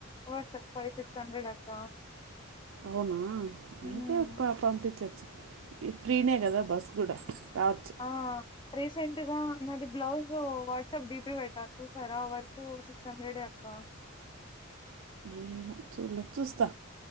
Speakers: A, on the left; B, on the right.
A: అవ్వొచ్చు ఫైవ్, సిక్స్ హండ్రెడ్ అక్క.
B: అవునా
A: ఉమ్
B: అయితే ప పంపించచ్చు. ఫ్రీనే కదా బస్ కూడా రావచ్చు.
A: ఆ రీసెంట్ గా నాది బ్లౌజ్ వాట్సాప్ డీపీ పెట్టా చూసారా వర్కు సిక్స్ హండ్రెడే అక్క. <unintelligible>
B: ఏమో చూడలేదు చూస్తా.